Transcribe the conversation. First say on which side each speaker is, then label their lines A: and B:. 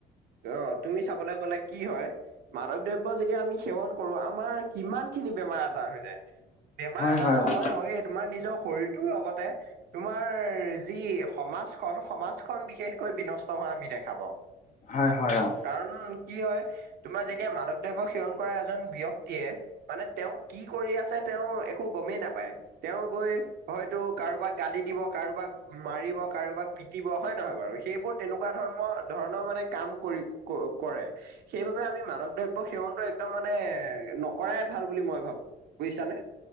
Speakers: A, on the right; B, on the left.
A: অ তুমি চাবলে গ'লে কি হয় মাদক দ্ৰব্য যেতিয়া আমি সেৱন কৰো আমাৰ কিমান খিনি বেমাৰ আজাৰ হৈ যায় বেমাৰ
B: হয়
A: আজাৰতো
B: অ',
A: হয় হয়ে তোমাৰ নিজৰ শৰীৰটোৰ লগতে তোমাৰ যি সমাজখন সমাজখন বিশেষকৈ বিনষ্ট হোৱা আমি দেখা পাও
B: হয় হয় অঁ
A: কাৰণ কি হয় তোমাৰ যেতিয়া মাদক দ্ৰব্য সেৱন কৰা এজন ব্যক্তিয়ে মানে তেওঁ কি কৰি আছে তেওঁ একো গমেই নাপায় তেওঁ গৈ হয়তো কাৰোবাক গালি দিব কাৰোবাক মাৰিব কাৰোবাক পিটিব হয় নহয় বাৰু সেইবোৰ তেনেকুৱা ধৰণৰ ধৰণৰ মানে কাম কৰিব কৰে সেইবাবে আমি মাদক দ্ৰব্য সেৱনটো একদম মানে নকৰাই ভাল বুলি মই ভাবো বুজিছানে